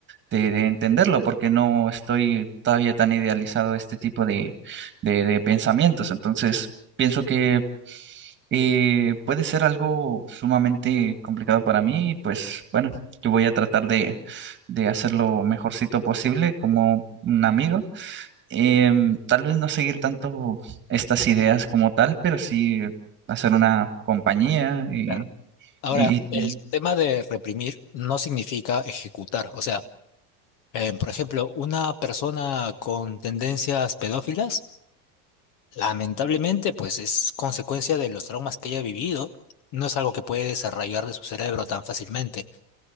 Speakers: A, on the right (about 20°); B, on the left (about 40°).
A: de, de entenderlo, porque no estoy todavía tan idealizado a este tipo de, de- de pensamientos. Entonces, pienso que eh, puede ser algo sumamente complicado para mí, y pues bueno, yo voy a tratar de, de hacer lo mejorcito posible como un amigo. Em, tal vez no seguir tanto estas ideas como tal, pero sí hacer una compañía y...
B: Claro. Ahora,
A: y-
B: el
A: y-
B: tema de reprimir no significa ejecutar. O sea, eh, por ejemplo, una persona con tendencias pedófilas, lamentablemente, pues es consecuencia de los traumas que haya vivido. No es algo que puede desarrollar de su cerebro tan fácilmente.